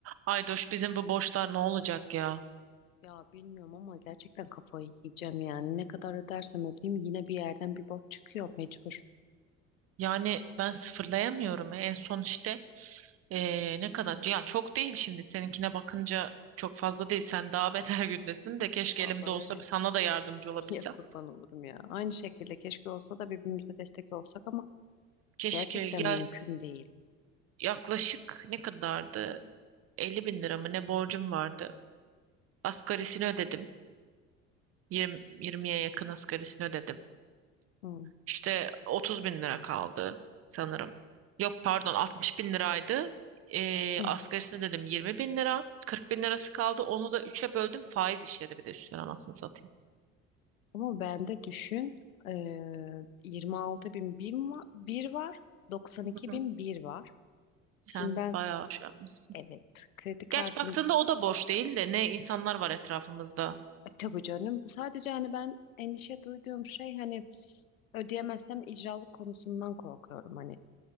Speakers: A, on the right; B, on the left.
A: Aydoş bizim bu borçlar ne olacak ya?
B: Ya bilmiyorum ama gerçekten kafayı yiyeceğim yani. Ne kadar ödersem ödeyeyim yine bir yerden bir borç çıkıyor mecbur.
A: Yani ben sıfırlayamıyorum. En son işte eee, ne kadar? Ya çok değil şimdi seninkine bakınca çok fazla değil. Sen daha beter <laughs> gündesin de keşke
B: Vallahi
A: elimde olsa
B: öyle.
A: sana da yardımcı
B: <laughs>
A: olabilsem.
B: Ya kurban olurum ya. Aynı şekilde keşke olsa da birbirimize destek olsak ama
A: Keşke
B: gerçekten
A: ya
B: mümkün değil.
A: yaklaşık ne kadardı? 50 bin lira mı ne borcum vardı? Asgarisini ödedim. 20, 20'ye yakın asgarisini ödedim.
B: Hı,
A: İşte 30 bin lira kaldı sanırım. Yok pardon 60 bin liraydı. Ee,
B: hı.
A: asgarisini dedim 20 bin lira. 40 bin lirası kaldı. Onu da üçe böldüm. Faiz işledi bir de üstüne anasını satayım.
B: Ama bende düşün eee 26 bin bin bir var, 92
A: Hı
B: bin
A: hı.
B: bir var.
A: Sen
B: Şimdi ben
A: bayağı şey yapmışsın.
B: evet kredi kartı
A: Gerçi baktığında o da boş değil de ne insanlar var etrafımızda.
B: E, Tabii canım. Sadece hani ben endişe duyduğum şey hani ödeyemezsem icralık konusundan korkuyorum hani.